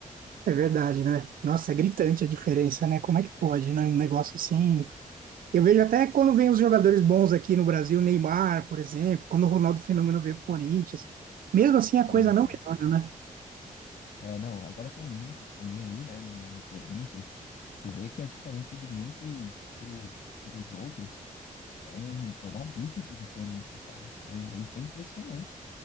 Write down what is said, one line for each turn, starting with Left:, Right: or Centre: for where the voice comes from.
Right: É verdade, né? Nossa, é gritante a diferença, né? Como é que pode, né? Um negócio assim. Eu vejo até quando vem os jogadores bons aqui no Brasil, Neymar, por exemplo, quando o Ronaldo Fenômeno veio pro Corinthians. Mesmo assim, a
Left: Sim,
Right: coisa
Left: cara.
Right: não melhora, né?
Left: É, não, agora tem o Memphis também aí, né, no, no Corinthians. Você vê que a diferença do Memphis pro, pros outros É um, é um abismo de diferença, cara. É, é- isso é impressionante.